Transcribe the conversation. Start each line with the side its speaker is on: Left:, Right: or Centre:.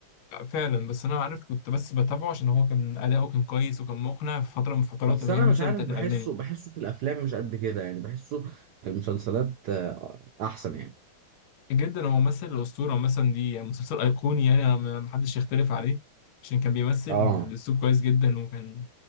Left: لا، فعلا بس انا عارف كنت بس بتابعه عشان هو كان اداؤه كان كويس وكان مقنع في فتره من الفترات
Right: بس
Left: اللي
Right: انا
Left: هي مثلا
Right: مش عارف
Left: بتاعت
Right: بحسه
Left: الالماني
Right: بحسه في الافلام مش قد كده يعني بحسه في المسلسلات آه، احسن يعني
Left: جدا هو ممثل الاسطوره مثلا دي يعني مسلسل ايقوني يعني أنا ما ما حدش يختلف عليه عشان كان بيمثل
Right: اه
Left: الاسلوب كويس جدا وكان